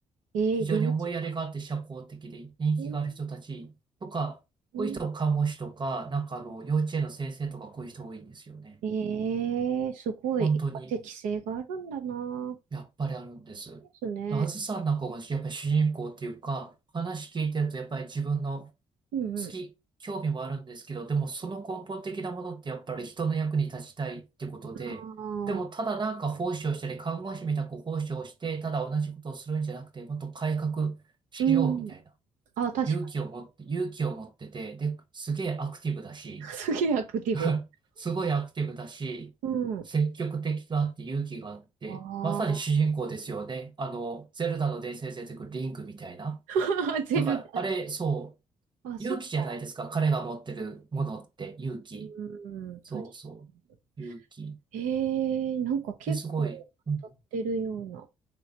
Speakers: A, on the right; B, on the right.
A: えー、
B: 非常に思いやりがあって社交的で人気がある人たちとか、
A: 領事館。えー、うん
B: こういう人、看護師とか、なんかあの、幼稚園の先生とか、こういう人多いんですよね。
A: えー、すごい、
B: 本当に、
A: やっぱ適性があるんだな。
B: やっぱりあるんです。
A: ですね。
B: で、あずさんなんかが、やっぱり主人公っていうか、話聞いてると、やっぱり自分の
A: うんうん。
B: 好き、興味もあるんですけど、でもその根本的なものって、やっぱり人の役に立ちたいってことで、
A: あ
B: でもただなんか奉仕をしたり、
A: あ、
B: 看護師みたく奉仕をして、ただ同じことをするんじゃなくて、もっと改革しようみたいな。
A: うん。ああ、確かに。
B: 勇気を持って、勇気を持ってて、で、すげえアクティブだし、
A: <laughs> すげえアクティブ。
B: <laughs> すごいアクティブだし、
A: うん。
B: 積極的があって勇気があって、
A: あ
B: まさに主人公ですよね。あの、ゼルダの伝説に出てくるリンクみたいな。
A: あ、<laughs> ゼルダ。
B: だから、あれ、そう、
A: あ、
B: 勇気じゃないですか。
A: そっか。
B: 彼が持ってるものって勇気。
A: うん、確かに。
B: そうそう。勇気。
A: ええなんか結構当たってるような。
B: で、すごい。うん